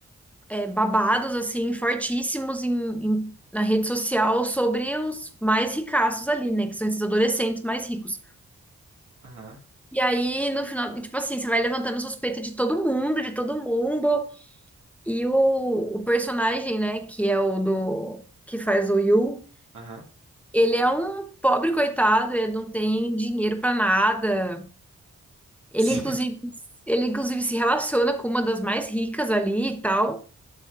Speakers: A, in the centre; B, on the right (about 75°).
A: é, babados, assim, fortíssimos em, em- na rede social sobre os mais ricaços ali, né? Que são esses adolescentes mais ricos.
B: aham,
A: E aí, no final, tipo assim, você vai levantando suspeita de todo mundo, de todo mundo. E o, o personagem, né, que é o do... que faz o Yu,
B: aham.
A: Ele é um pobre coitado, ele não tem dinheiro pra nada. Ele
B: <laughs>
A: inclusive, ele inclusive se relaciona com uma das mais ricas ali e tal.